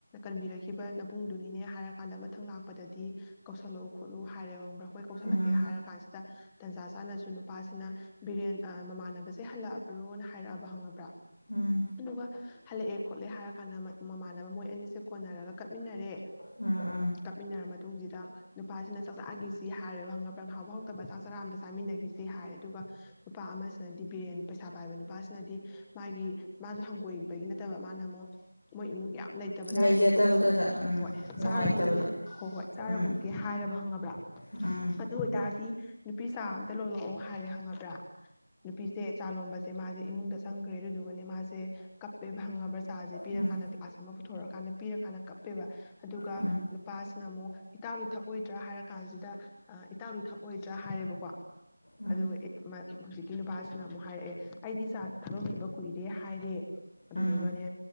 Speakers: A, in the centre; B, on the left.
A: ꯀꯟꯕꯤꯔꯛꯈꯤꯕ ꯅꯕꯨꯡꯗꯨꯅꯤꯅꯦ ꯍꯥꯏꯔ ꯀꯥꯟꯗ ꯃꯊꯪ ꯂꯥꯛꯄꯗꯗꯤ ꯀꯧꯁꯜꯂꯛꯎ ꯈꯣꯠꯂꯨ ꯍꯥꯏꯔꯦ <unintelligible> ꯍꯣꯏ ꯀꯧꯁꯜꯂꯛꯀꯦ
B: ꯎꯝ
A: ꯍꯥꯏꯔ ꯀꯥꯟꯁꯤꯗꯥ ꯇꯟꯖꯥ ꯆꯥꯅꯁꯨ ꯅꯨꯄꯥꯁꯤꯅ ꯕꯤꯔꯦꯟ ꯑꯥ- ꯃꯃꯥꯟꯅꯕꯁꯦ ꯍꯜꯂꯛꯑꯕ꯭ꯔꯣꯅ ꯍꯥꯏꯔꯛꯑꯕ ꯈꯪꯉꯕ꯭ꯔꯥ
B: ꯎꯝ
A: ꯊꯨꯃꯣꯕ-ꯍꯥ ꯍꯂꯛꯑꯦ ꯈꯣꯠꯂꯦ ꯍꯥꯏꯔ ꯀꯥꯟꯗ <unintelligible> ꯃꯃꯥꯟꯅꯕ ꯃꯣꯏ ꯑꯅꯤꯁꯦ ꯀꯣꯟꯅꯔꯒ ꯀꯞꯃꯤꯟꯅꯔꯦ
B: ꯎꯝ ꯎꯝ
A: ꯀꯞꯃꯤꯟꯅꯔ ꯃꯇꯨꯡꯁꯤꯗ ꯅꯨꯄꯥꯁꯤꯅ ꯆꯥꯛ ꯆꯥꯛꯈꯤꯁꯤ ꯍꯥꯏꯔꯦ ꯍꯪꯕ꯭ꯔꯪꯍꯥꯎꯕ ꯍꯥꯎꯇꯕ ꯆꯥꯛ ꯆꯔꯥꯑꯝꯗ ꯆꯥꯃꯤꯟꯅꯈꯤꯁꯤ ꯍꯥꯏꯔꯦ <unintelligible> ꯑꯗꯨꯒ ꯅꯨꯄꯥ ꯑꯃꯁꯤꯅꯗꯤ ꯕꯤꯔꯦꯟ ꯄꯩꯁꯥ ꯄꯥꯏꯕ ꯅꯨꯄꯥꯁꯤꯅꯗꯤ ꯃꯥꯒꯤ ꯃꯥꯁꯨ ꯍꯪꯒꯣꯏꯕꯒꯤ ꯅꯠꯇꯕ ꯃꯥꯅ ꯑꯃꯨꯛ ꯃꯣꯏ ꯏꯃꯨꯡ ꯌꯥꯝ ꯂꯩꯇꯕ ꯂꯥꯏꯔꯕ
B: ꯂꯩꯖꯗꯕꯗꯨꯗ
A: ꯎꯁꯦ ꯍꯣ
B: ꯎꯝ
A: ꯍꯣꯏ
B: ꯅꯨꯡꯉꯥꯏꯇꯕꯗꯣ
A: ꯆꯥꯔꯒꯨꯝꯒꯦ ꯍꯣꯏ ꯍꯣꯏ ꯆꯥꯔ
B: ꯎꯝ
A: ꯍꯨꯝꯒꯦ ꯍꯥꯏꯔꯕ ꯈꯪꯉꯕ꯭ꯔꯥ
B: ꯎꯝ
A: ꯑꯗꯨ ꯑꯣꯏꯇꯥꯔꯗꯤ ꯅꯨꯄꯤꯆꯥ ꯑꯝꯇ ꯂꯣꯜꯂꯛꯑꯣ ꯍꯥꯏꯔꯦ ꯍꯪꯉꯕ꯭ꯔꯥ ꯅꯨꯄꯤꯁꯦ ꯆꯥꯂꯣꯝꯕ ꯦ ꯃꯥꯁꯦ ꯏꯃꯨꯡꯗ ꯆꯪꯈ꯭ꯔꯦ ꯑꯗꯨꯗꯨꯒꯅꯦ ꯃꯥꯁꯦ ꯀꯞꯄꯦꯕꯥ ꯈꯥꯪꯉꯕ꯭ꯔꯥ ꯄꯤꯔꯀꯥꯟꯗ
B: ꯎꯝ
A: ꯀ꯭ꯂꯥꯁ ꯑꯃ ꯄꯨꯊꯣꯔꯛꯑꯀꯥꯟꯗ ꯄꯤꯔ ꯀꯥꯟꯗ ꯀꯞꯄꯦꯕ ꯑꯗꯨꯒ
B: ꯎꯝ
A: ꯅꯨꯄꯥꯁꯤꯅ ꯑꯃꯨꯛ ꯏꯇꯥꯎꯒꯤ ꯊꯛ ꯑꯣꯏꯗ꯭ꯔꯥ ꯍꯥꯏꯔ ꯀꯥꯟꯁꯤꯗꯑ ꯏꯇꯥꯎꯗꯤ ꯊꯛ ꯑꯣꯏꯗ꯭ꯔꯥ ꯍꯥꯏꯔꯦꯕꯀꯣ
B: ꯎꯝ
A: ꯑꯗꯨꯒ <unintelligible> ꯍꯧꯖꯤꯛꯀꯤ ꯅꯨꯄꯥꯁꯤꯅ ꯑꯃꯨꯛ ꯍꯥꯏꯔꯛꯑꯦ ꯑꯩꯗꯤ ꯆꯥꯛ ꯊꯥꯗꯣꯛꯈꯤꯕ ꯀꯨꯏꯔꯦ ꯍꯥꯏꯔꯦ ꯑꯗꯨꯗꯨꯒꯅꯦ꯫
B: ꯎꯝ